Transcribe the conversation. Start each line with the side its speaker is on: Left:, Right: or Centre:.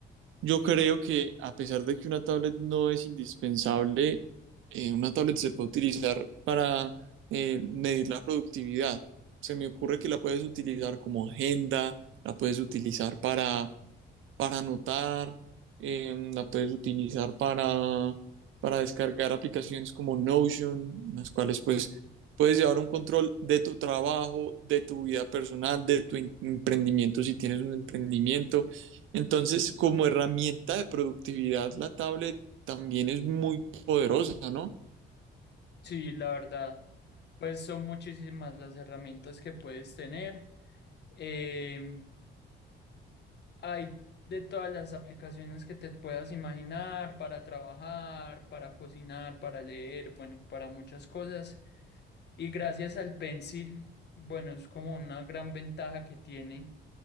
Right: yo creo que a pesar de que una tablet no es indispensable, eh, una tablet se puede utilizar para eh, medir la productividad. Se me ocurre que la puedes utilizar como agenda, la puedes utilizar para, para anotar, eh, la puedes utilizar para, para descargar aplicaciones como Notion, en las cuales pues puedes llevar un control de tu trabajo, de tu vida personal, de tu em- emprendimiento si tienes un emprendimiento entonces, como herramienta de productividad, la tablet también es muy poderosa, ¿no?
Left: Sí, la verdad, pues son muchísimas las herramientas que puedes tener. Em, hay de todas las aplicaciones que te puedas imaginar para trabajar, para cocinar, para leer, bueno, para muchas cosas. Y gracias al Pencil, bueno, es como una gran ventaja que tiene.